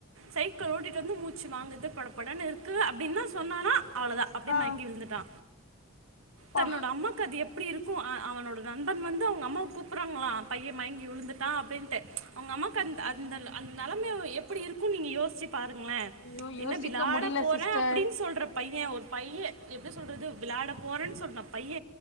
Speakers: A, on the right; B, on the left.
A: சைக்கிள் ஓட்டிட் <unintelligible> மூச்சு வாங்குது படப்படனுருக்கு அப்டின்தா சொன்னானா அவ்ளோதா அப்டியே
B: ஆ
A: மயங்கி விழுந்துட்டா
B: ப்பா
A: தன்னோட அம்மாக்கது எப் எப்படி இருக்கும் அ அவனோட நண்பர்கள் வந்து அவங்க அம்மாவ கூப்படறாங்களாம் பைய மயங்கி விழுந்துட்டா அப்டின்டு அவங்க அம்மாக்கு அந்த அந்த அந்த நிலைமை எப்படியிருக்கும் நீங்க யோசிச்சி பாருங்களன்
B: ஐயோ
A: என்ன
B: யோசிக்க
A: விளாட
B: முடில
A: போறே
B: சிஸ்டர்
A: அப்படின் சொல்றப் பைய ஒரு பைய எப்டி சொல்றது விளாட போறேன்னு சொன்னா பைய